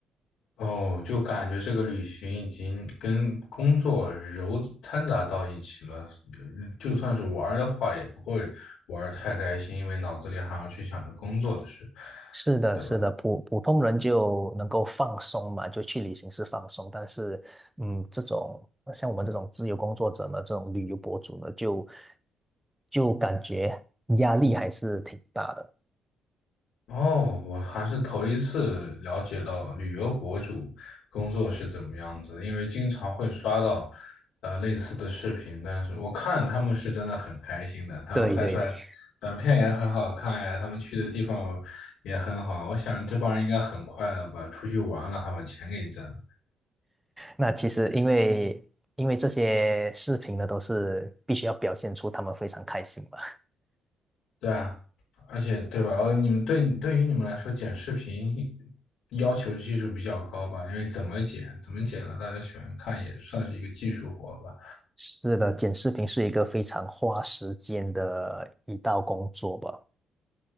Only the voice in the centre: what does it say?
是的，
是的，普普通人就能够放松嘛，就去旅行是放松，但是，嗯，这种像我们这种自由工作者呢，这种旅游博主呢，就就感觉压力还是挺大的。
对对对，
那其实因为因为这些视频呢，都是必须要表现出他们非常开心嘛。
是的，剪视频是一个非常花时间的一道工作吧。